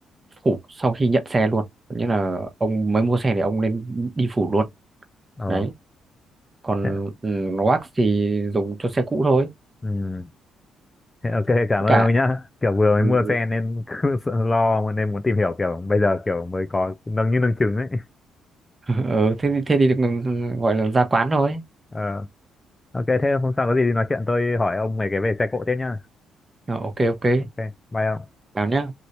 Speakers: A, on the right (about 25°); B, on the left (about 20°).
A: phủ sau khi nhận xe luôn nghĩa là ông mới mua xe thì ông nên đi phủ luôn
B: ờ
A: đấy còn
B: thế,
A: ừm, wax thì dùng cho xe cũ thôi
B: ừ, thế ok cảm ơn
A: cả
B: ông nhá kiểu vừa mới
A: ừ,
B: mua
A: ừ.
B: xe nên <laughs> cứ sợ lo nên muốn tìm hiểu kiểu bây giờ kiểu mới có nâng như nâng trứng ấy
A: <laughs> Ờ, thế thì- thế thì được ừ, ừ, gọi là ra quán thôi
B: Ờ, ok thế hôm sau có gì thì nói chuyện tôi hỏi ông về cái về xe cộ tiếp nhá
A: Ờ, ok ok
B: ok bye ông
A: chào nhá